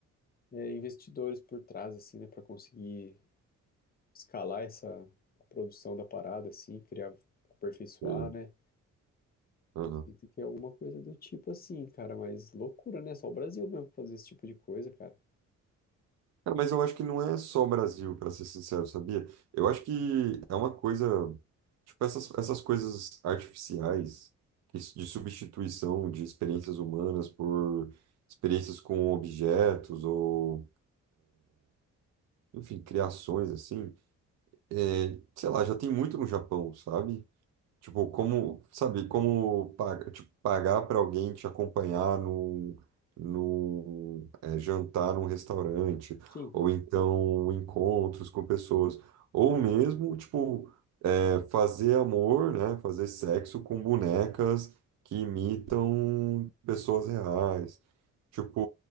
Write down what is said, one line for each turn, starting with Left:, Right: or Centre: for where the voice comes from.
Left: é, investidores por trás, assim, né, para conseguir escalar essa a produção da parada, assim, criar, aperfeiçoar,
Right: Sei.
Left: né?
Right: Aham.
Left: Eu sinto que é alguma coisa do tipo assim, cara, mas loucura, né? Só o Brasil mesmo pra fazer esse tipo de coisa, cara.
Right: Cara, mas eu acho que não é só o Brasil, para ser sincero, sabia? Eu acho que é uma coisa, tipo, essas, essas coisas artificiais que s- de substituição de experiências humanas por experiências com objetos ou, enfim, criações assim. É, sei lá, já tem muito no Japão, sabe? Tipo, como, sabe, como pagar, tipo, pagar para alguém te acompanhar num, num é, jantar num restaurante,
Left: Sim,
Right: ou então encontros com pessoas, ou mesmo, tipo, é fazer amor, né? Fazer sexo com bonecas que imitam pessoas reais. Tipo,